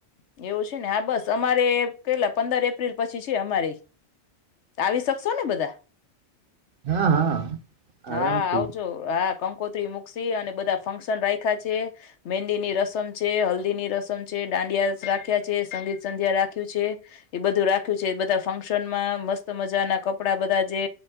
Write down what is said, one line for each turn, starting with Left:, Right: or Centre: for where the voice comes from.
Left: એવું છે ને હા બસ અમારે પેલા પંદર એપ્રિલ પછી છે અમારે આવી શકશો ને બધા
Right: હા હા આરામથી
Left: હા આવજો હા કંકોતરી મુૂકસી અને બધા ફંક્શન રાખ્યા છે મહેંદી ની રસમ છે હલ્દી ની રસમ છે દાંડિયા રાખ્યા છે સંગીત સંધ્યા રાખ્યું છે એ બધું રાખ્યું છે બધા ફંક્શન માં મસ્ત મજા ના કપડા બધા જે